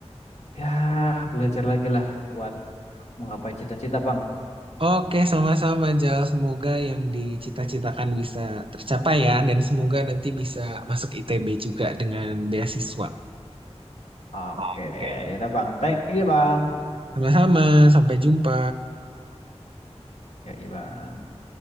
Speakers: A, on the left; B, on the right.
A: Ya, belajar lagi lah buat menggapai cita-cita, Bang.
B: Oke, sama-sama Jal. Semoga yang dicita-citakan bisa tercapai ya, dan semoga nanti bisa masuk ITB juga dengan beasiswa.
A: Oke,
B: Oke.
A: ya udah, Bang. Thank you, Bang.
B: Sama-sama, sampai jumpa.
A: Ya, iya Bang.